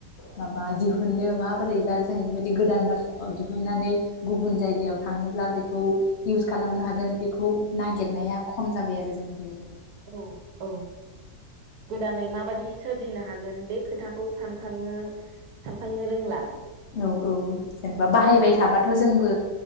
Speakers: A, on the left; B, on the right.
A: माबा दिहुनो माबोरैबा जों बेबायदि गोदान बाथ्राखौ दिहुननानै गुबुन जायगायाव थाङोब्ला बेखौ इउस खालामनो हागोन बेखौ नागिरनाया खम जाबाय आरो जोंबो।
B: औ औ गोदानै माबादि सोरजिनो हागोन बे खोथाखौ सानखांनो सानखांनो रोंला
A: औ औ जेनेबा बाहायबाय थाब बाथ' जोंबो